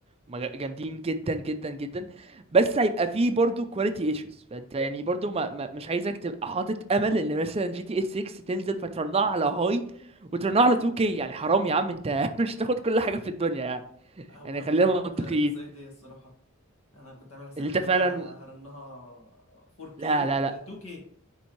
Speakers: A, on the right; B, on the left.
A: مج- جامدين جدا جدا جدا بس هيبقى فيه برضو كواليتي ايشوز فانت يعني برضو ما ما مش عايزك تبقى حاطط امل ان مثلا جي تي اس 6 تنزل فترنها على هاي وترنها على 2K يعني حرام يا عم انت <laughs> مش تاخد كل حاجة في الدنيا يعني
B: هو
A: يعني
B: هيهد
A: خلينا منطقيين
B: ذس ايديا الصراحه انا كنت عامل حسابي
A: اللي انت
B: ان
A: فعلا
B: انا هرنها 4K
A: لا لا لا
B: آه، 2K